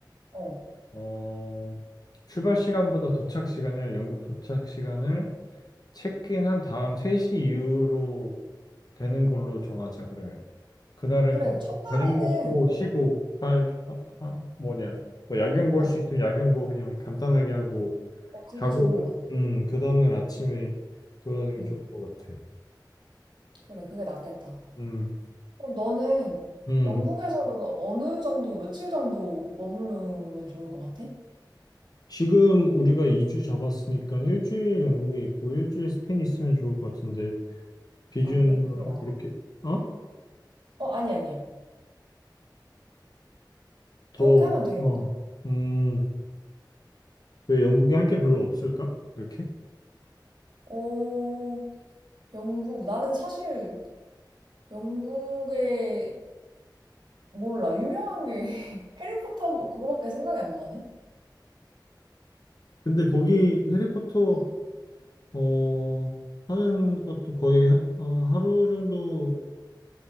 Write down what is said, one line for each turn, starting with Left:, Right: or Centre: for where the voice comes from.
Right: 어.
Left: 어, 출발 시간보다 도착 시간을 영국 도착 시간을 체크인 한 다음 3시 이후로 되는 걸로 정하자 그러면. 그날은
Right: 그래,
Left: 그
Right: 그 첫날에는,
Left: 저녁 먹고
Right: 어,
Left: 쉬고 할 하, 하- 뭐냐 뭐 야경 볼
Right: 맞아.
Left: 수 있으면 야경 보고 그냥 간단하게 하고
Right: 어, 그게
Left: 자고
Right: 좋은
Left: 그,
Right: 것 같아.
Left: 음, 그 다음날 아침에 돌아다니면
Right: 응.
Left: 좋을 것 같아.
Right: 그래, 그게 낫겠다.
Left: 음,
Right: 그럼 너는
Left: 음.
Right: 영국에서는 어느 정도, 며칠 정도 머무르면 좋을 것 같아?
Left: 지금 우리가 2주 잡았으니까 일주일 영국에 있고 일주일 스페인 있으면 좋을 것 같은데 비중을
Right: 아, 그래? 그게 나.
Left: 그렇게 어?
Right: 어, 아니, 아니야.
Left: 더
Right: 그렇게 하면 되겠다.
Left: 어. 음, 왜 영국에 할 게 별로 없을까? 이렇게?
Right: 오, 영국. 나는 사실 영국에 몰라. 유명한 게 <laughs> 해리포터 그거밖에 생각이 안 나네.
Left: 근데 거기 해리포터
Right: 응.
Left: 어, 하는 것도 거의 하, 어, 하루 정도